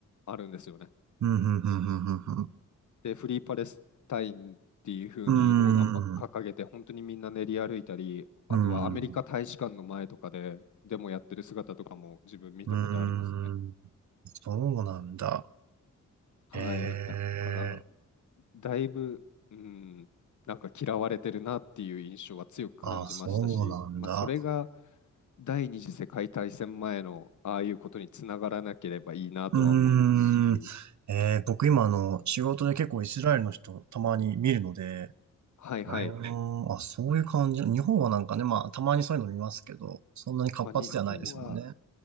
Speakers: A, on the left (about 65°); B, on the right (about 60°).
A: あるんですよね。
B: うん、うん、うん、
A: で、フリーパレスタインっていう風に横断幕掲げて、
B: うん、
A: 本当にみんな練り歩いたり、あとはアメリカ大使館の前とかでデモやってる姿とかも自分見たことありますね。
B: うん、うん、うん、うん。そうなんだ。
A: はい。
B: ええ、
A: だから、だいぶ、うん、なんか嫌われてるなっていう印象は強く感じましたし、
B: あ、そうなんだ。
A: まあ、それが第二次世界大戦前のああいうことにつながらなければいいなとは思いますし、
B: うーん、えー僕今あの、仕事で結構イスラエルの人たまに見るので、
A: はいはい、
B: うはい。ーん、あ、そういう感じ。日本はなんかね、まあ、たまにそういうの見ますけど、そんなに活発ではないですもんね。
A: まあ、日本は